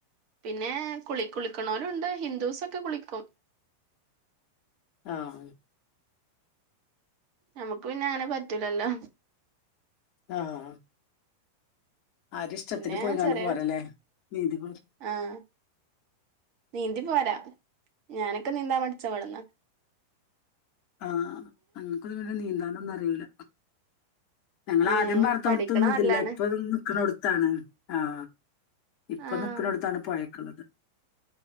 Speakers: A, on the right; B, on the left.
A: പിന്നെ കുളി കുളിക്കണലും ഉണ്ട് ഹിന്ദൂസ് ഒക്കെ കുളിക്കും
B: ആഹ
A: നമക്ക് പിന്നെ അനെ പറ്റൂലല്ലോ
B: ആഹ ആരി ഇഷ്ടത്തിന്
A: പിന്നെ
B: പോയി കണ്ട്ു
A: ചെറിയ
B: പോരല്ലേ നീന്തി കൊടു
A: ആഹ് നീന്തി പോരാ ഞാനൊക്കെ നീന്താൻ മടിച്ച വവിടന്നാ
B: ആഹ അങ്ങക്കതു പിന്നെ നീന്താനൊന്നും അറിയില ഞങ്ങള
A: ഏഹ്
B: ആദ്യം പത്തോന്ന
A: പഠിക്കണ
B: തന്നതില്ല
A: നല്ലാണ്
B: ഇപ്പൊ നിക്കണ കൊടുത്താണ് ആഹ ഇപ്പൊ
A: ആഹ്
B: നിക്കുന്നടുത്താണ് പോയക്കുള്ളത്